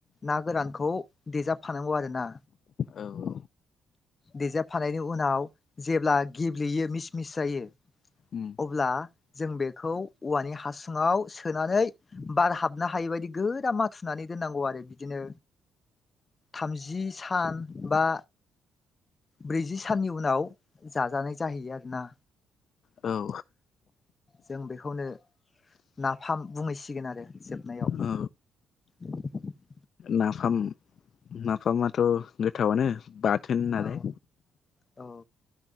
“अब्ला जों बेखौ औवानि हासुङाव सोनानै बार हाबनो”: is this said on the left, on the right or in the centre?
Left